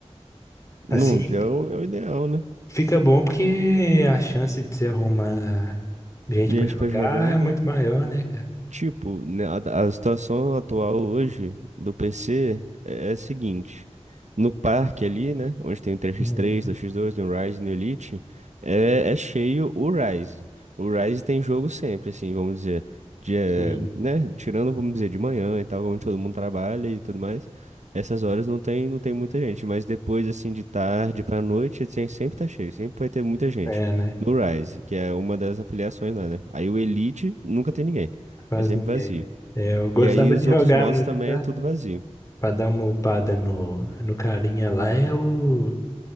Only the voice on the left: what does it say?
Assim
fica bom porque a chance de você arrumar gente
pra jogar
é muito
maior, né, cara?
Uhum.
Sim,
é, né?
Quase
ninguém.
É, eu gostava
de jogar
muito
pra,
pra dar uma upada no, no carinha lá, é o.